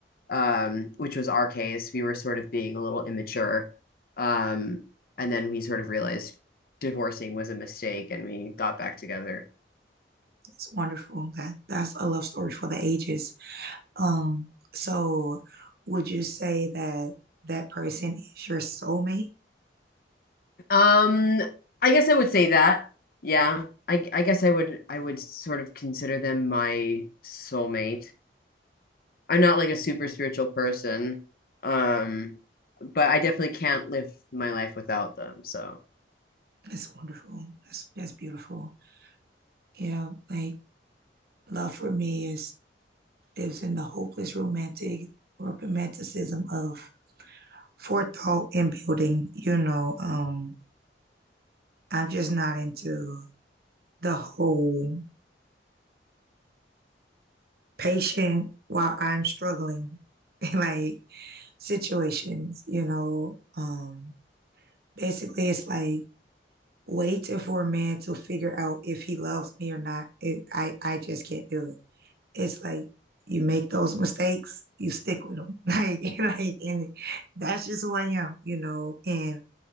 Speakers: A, on the left; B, on the right.
A: um, which was our case. We were sort of being a little immature. Um, and then we sort of realized divorcing was a mistake and we got back together.
B: It's wonderful. That that's a love story for the ages. Um, so would you say that that person is your soulmate?
A: Um, I guess I would say that. Yeah. I I guess I would I would sort of consider them my soulmate. I'm not like a super spiritual person. Um, but I definitely can't live my life without them. So
B: That's wonderful. That's that's beautiful. Yeah, like love for me is is in the hopeless romantic romanticism of forethought and building. You know, um, I'm just not into the whole patient while I'm struggling <laughs> like situations. You know, um, Basically, it's like waiting for a man to figure out if he loves me or not. It, I I just can't do it. It's like you make those mistakes, you stick with them. <laughs> Like like, and that's just who I am, you know. And